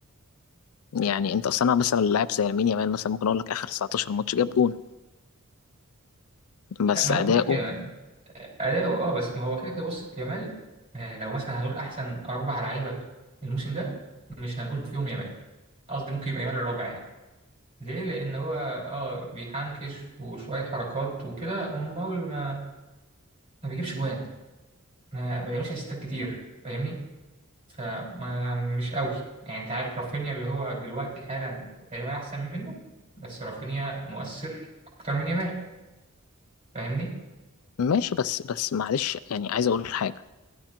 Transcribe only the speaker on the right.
لا ما
هو ماشي اداؤه اه بس ما هو كده كده بص يامال آه، لو مثلا هنقول احسن اربع لعيبه الموسم ده مش هنقول فيهم يامال قصدي ممكن يبقى يامال الرابع يعني ليه لان هو اه بيحنكش وشويه حركات وكده امال ما ما بيجيبش جوان ما, ما بيعملش اسيستات كتير فاهمني فما مش قوي يعني انت عارف رافينيا اللي هو دلوقتي حالا تقريبا احسن منه بس رافينيا مؤثر اكتر من يامال فاهمني